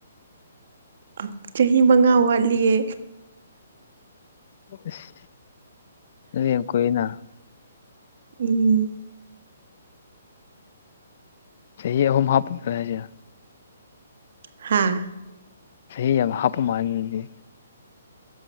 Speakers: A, on the right (about 60°); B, on the left (about 50°).
A: ꯑꯥ ꯆꯍꯤ ꯃꯉꯥ ꯋꯥꯠꯂꯤꯌꯦ
B: ꯏꯁ ꯑꯗꯨꯗꯤ ꯌꯥꯝ ꯀꯨꯏꯅ
A: ꯎꯝ
B: ꯆꯍꯤ ꯑꯍꯨꯝ ꯍꯥꯄ <unintelligible>
A: ꯍꯥꯥ
B: ꯆꯍꯤ ꯌꯥꯝ ꯍꯥꯞꯄ ꯃꯥꯥꯜꯂꯦ ꯑꯗꯨꯗꯤ